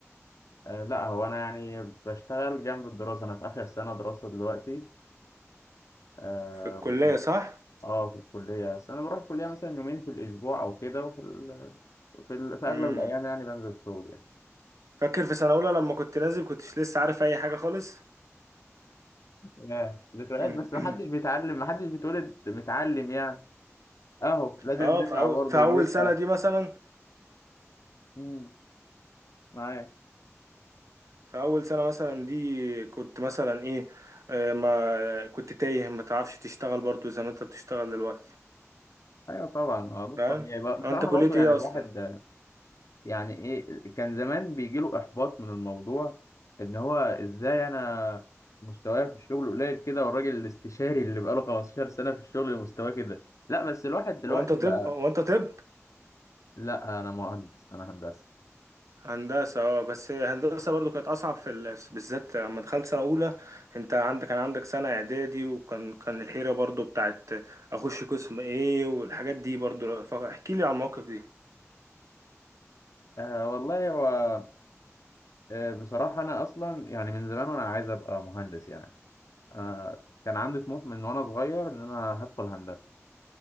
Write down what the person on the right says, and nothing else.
في الكلية
صح
امم
فاكر في سنة اولى لما كنت نازل كنتش لسه عارف اي حاجة خالص
مم.
<clears throat>
اه
في اول
في
اول سنة دي مثلا
في اول سنة مثلا دي كنت مثلا ايه آه، ما كنت تايه ما تعرفش تشتغل برضو زي ما انت بتشتغل دلوقتي
فاهم
هو انت كلية
ايه
اصلا
هو انت طب
هو انت طب
هندسة اه بس هندسة برضو كانت أصعب في ال... بالذات لما دخلت سنة أولى أنت عندك كان عندك سنة إعدادي وكان كان الحيرة برضو بتاعت أخش قسم إيه والحاجات دي برضو فاحكي لي على المواقف دي